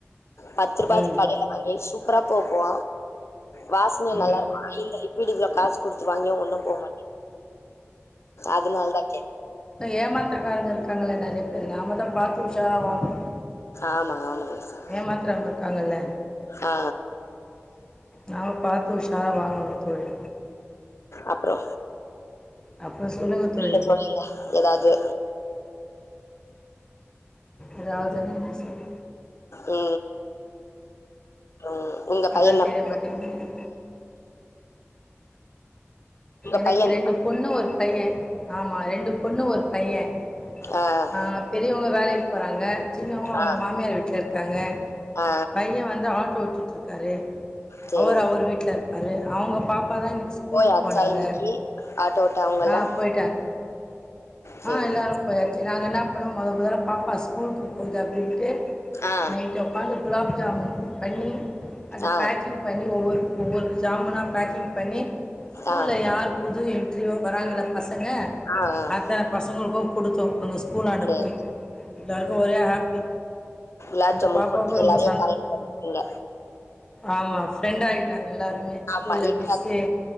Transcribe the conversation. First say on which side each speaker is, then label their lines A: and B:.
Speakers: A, on the left; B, on the left.
A: பத்து ரூபா
B: ம்
A: அது கடைல அய்லேஷ் சூப்பரா போகு வாஸ்னே நல்லார்க்கு
B: ம்
A: <inaudible> இந்த லிக்வீடு இவ்ளோ காஸ் குடுத்து வாங்யு உள்ள போமாட்டிக் அதுனால்தா கே
B: ஏமாத்தக்காரங்க இருக்காங்கள நெறையா பேர் நாம தா பாத்து உஷாராவ்னும்
A: ஆமாம் ஆமாங்க சார்
B: ஏமாத்துறவ்ங்க இருக்காங்கல்ல
A: ஆ
B: நாம பாத்து உஷாரா வாங்கணு தோழி
A: அப்றோ
B: அப்புறம் சொல்லுங்க தோழி.
A: இல்ல சொல்லில ஏதாவ்து
B: ஏதாவ்துன்னா என்ன சொல்
A: உம்உ யவ் உங்க
B: அதான்
A: பையனப்
B: தெரிய மாட்டேங்குது.
A: உங்க
B: எனக்கு
A: பையன் என்ன
B: ரெண்டு
A: பண்றாங்க?
B: பொண்ணு ஒரு பைய ஆமா ரெண்டு பொண்ணு ஒரு பையன்
A: ஆஅவ்
B: ஆ பெரியவ்ங்க வேலைக் போறாங்க சின்னவங்ளு அவங்க
A: ஆ
B: மாமியார் வீட்ல இருக்காங்க
A: ஆ
B: பையன் வந்து ஆட்டோ ஓட்டிட்ருக்காரு
A: சரிங்க
B: அவர் அவர் வீட்ல இருப்பரு அவ்ங்க பாப் ப்பதா இன்னிக்கு ஸ்கூலுக்கு
A: போய் அச்சா
B: நாங்க
A: இன்னைக்கு ஆட்டோ ஓட்ட அவங்கெல்லாம்
B: ஆ போய்ட்டாங்
A: சரிங்க
B: ஆ எல்லார் போயாச்சே நாங்க என்னா பண்ணோம் மொத முதல்ல பாப்பா ஸ்கூல்க்கு பொய்தா அப்டின்ட்டு
A: ஆ
B: நைட்டு உக்காந்து குலாப் ஜாமுன் பண்ணி அந்த
A: ஆ
B: பேக்கிங் பண்ணி ஒவ்வொர் ஒவ்வொரு ஜாமுனா பேக்கிங் பண்ணி கூல்ல
A: ஆ ஆ
B: யார் புது என்ட்ரியோ வராங்கள பசங்க
A: ஆ ஆ
B: அதா பசங்களுக்கோ குடுத்தோ அங்க ஸ்கூலாண்ட
A: சரி
B: போய் லருக்கு ஒரே ஹாப்பி
A: லாப்
B: அந்த
A: ஜாமுன்
B: பாப்பாவுக்கும்
A: கொட்டில்லாரே
B: ரொம்ப
A: கரேட் பண்ட்டீங்க
B: ஆமா ஃப்ரெண்ட் ஆய்ட்டாங் எல்லாருமே ஸ்கூல்ல
A: ஆமா இக்கா
B: மிஸ்ஸே